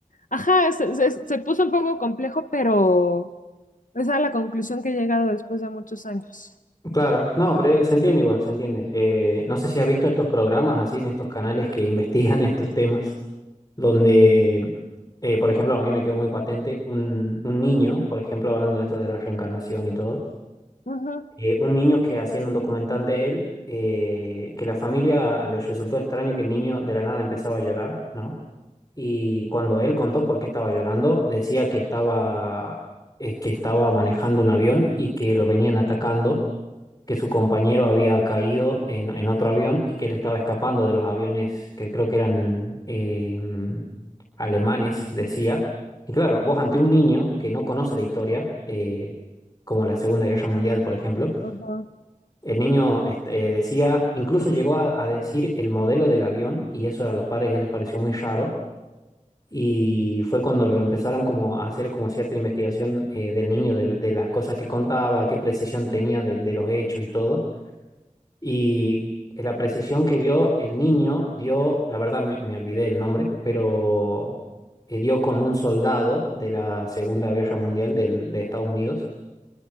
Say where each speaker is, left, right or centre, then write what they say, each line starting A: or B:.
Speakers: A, on the left; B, on the left.
A: Ajá, se, se- se puso un poco complejo, pero esa es a la conclusión que he llegado después de muchos años.
B: Claro. No, pero eh, se entiende igual, se entiende. Eh, no sé si has visto estos programas así en estos canales que <laughs> investigan estos temas, donde, eh, por ejemplo, a mí me quedó muy patente un, un niño, por ejemplo, hablando de esto de la reencarnación y todo
A: Ajá,
B: eh, un niño que hacían un documental de él, eh, que la familia les resultó extraño que el niño de la nada empezaba a llorar, ¿no? Y cuando él contó por qué estaba llorando, decía que estaba, eh, que estaba manejando un avión y que lo venían atacando, que su compañero había caído en, en otro avión y que él estaba escapando de los aviones que creo que eran eh, alemanes, decía. Y claro, vos ante un niño que no conoce la historia, eh, como la Segunda Guerra Mundial, por ejemplo,
A: ajá,
B: el niño este, eh, decía, incluso llegó a, a decir el modelo del avión y eso a los padres ya les pareció muy raro y fue cuando lo empezaron como a hacer como cierta investigación eh, del niño, de, de las cosas que contaba, qué precisión tenía de, de los hechos y todo. Y la precisión que dio el niño dio, la verdad me, me olvidé el nombre, pero eh, dio con un soldado de la Segunda Guerra Mundial del- de Estados Unidos